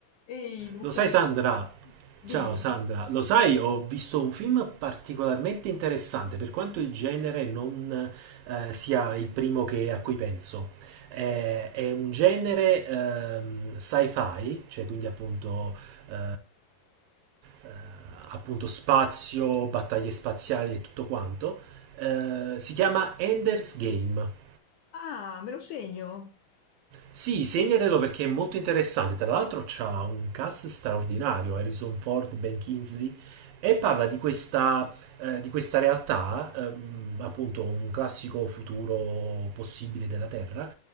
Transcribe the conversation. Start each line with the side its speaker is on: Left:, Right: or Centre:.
Left: Ehi Luca,
Right: Lo sai Sandra?
Left: dimmi.
Right: Ciao Sandra, lo sai, ho visto un film particolarmente interessante, per quanto il genere non eh, sia il primo che- a cui penso. Eh, è un genere ehm, sci-fi, cioè quindi appunto, eh, eh, appunto spazio, battaglie spaziali e tutto quanto. Eh, si chiama Ender's Game.
Left: Ah, me lo segno?
Right: Sì, segnatelo perché è molto interessante. Tra l'altro c'ha un cast straordinario, Harrison Ford, Ben Kingsley, e parla di questa, eh, di questa realtà, ehm, appunto un classico futuro possibile della Terra,